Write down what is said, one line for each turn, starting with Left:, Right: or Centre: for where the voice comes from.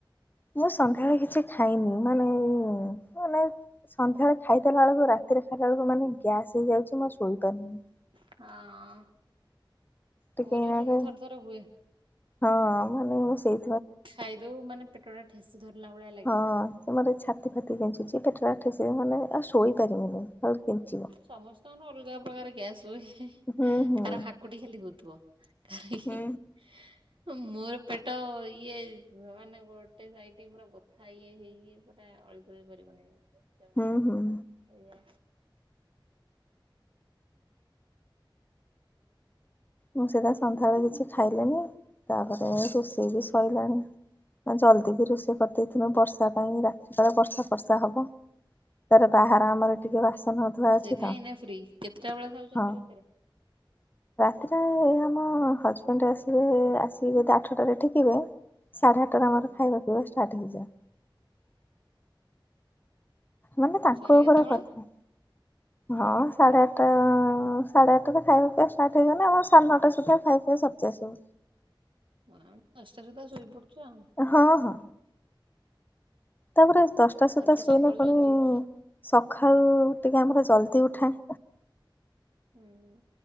Left: ମୁଁ ସନ୍ଧ୍ୟାରେ କିଛି ଖାଇନି ମାନେ ଏଇ ମାନେ ସନ୍ଧ୍ୟାଳେ ଖାଇଦଲା ବେଳକୁ ରାତିରେ ଖାଇଲା ବେଳକୁ ମାନେ ଗ୍ୟାସ୍ ହେଇଯାଉଛି ମୁଁ ଆଉ ଶୋଇପାରୁନି।
Right: ହଁ।
Left: ଟିକେ
Right: ମୋର
Left: ଏଇନାକେ
Right: ବି ସେମିତି ଥରେ ଥରେ ହୁଏ।
Left: ହଁ ମାନେ ମୁଁ ସେଇ
Right: ଖାଇଦଉ ମାନେ ପେଟ ଟା ଠେସି ଧରିଲା ଭଳିଆ ଲାଗିବ।
Left: ହଁ ସେ ମର ଛାତି ଫାତି କେଞ୍ଚୁଛି ପେଟଟା ଠେସେ ମାନେ ଆଉ ଶୋଇ ପାରିବିନି ଖାଲି କେଞ୍ଚିବ।
Right: ସମସ୍ତଙ୍କର ଅଲଗା ପ୍ରକାର ଗ୍ୟାସ୍ ହୁଏ।
Left: ହୁଁ ହୁଁ
Right: କାହାର ହାକୁଟି ଖାଲି ହଉଥିବ <unintelligible>
Left: ହୁଁ
Right: ହ ମୋର ପେଟ ଇଏ ମାନେ ଗୋଟେ ସାଇଟ ପୁରା ବଥା ଇଏ ହେଇକି ପୁରା ଅଳି ଚଳି ପାରିବିନି <unintelligible>
Left: ହୁଁ ହୁଁ।
Right: ଏଇଆ
Left: ମୁଁ ସେଇଟା ସନ୍ଧ୍ୟାବେଳେ କିଛି ଖାଇଲିଣିି ତାପରେ ରୋଷେଇ ବି ଶଇଲାଣି। ନା ଜଲ୍ଦି ବି ରୋଷେଇ କରିଦେଇଥିନୁ ବର୍ଷା ପାଇଁ ରାତି ସାରା ବର୍ଷା ଫର୍ଷା ହବ। ତାର ବାହାର ଆମର ଟିକେ ବାସନ ଧୂଆ
Right: ସେଇଥିପାଇଁ
Left: ଅଛି ତ
Right: ଏଇନା ଫ୍ରି କେତେଟା ବେଳେ ଖାଉଛନ୍ତି
Left: ହଁ।
Right: ରାତିରେ?
Left: ସେତିରେ ଆମ ହଜବେଣ୍ଡ ଆସିବେ ଆସି କି ବୋଧେ ଆଠଟାରେ ଠିକିବେ ସାଢେ ଆ ସେତରେ ଆମର
Right: ହୁଁ
Left: ଖାଇବା ପିଇବା ଷ୍ଟାର୍ଟ ହେଇଯାଏ। ମାନେ ତାଙ୍କ
Right: ସରେ
Left: ଉପର
Right: କେତେବେଳେ
Left: କଥା। ହଁ ସାଢେ ଆଟା ସାଢେ ଆଠଟା ଖାଇବା ପିଇବା ଷ୍ଟାର୍ଟ ହେଇଗନେ ଆମର ସାଢ଼େ ନଅଟା ସୁଦ୍ଧା ଖାଇବା ପିଇବା ସେରି ଯାଏ ସବୁ।
Right: ଆମେ ଦଶଟା ସୁଦ୍ଧା ଶୋଇପଡୁଛ ଆଉ।
Left: ହଁ ହଁ ତାପରେ ଦଶଟା
Right: ତାପରେ
Left: ସୁଦ୍ଧା ଶୋଇଲେ
Right: ସକାଳୁ
Left: ପୁଣି
Right: ଜଲଦି ଉଠୁଛ
Left: ସକାଳୁ ଟିକେ ଆମର ଜଲଦି ଉଠା।
Right: ହୁଁ।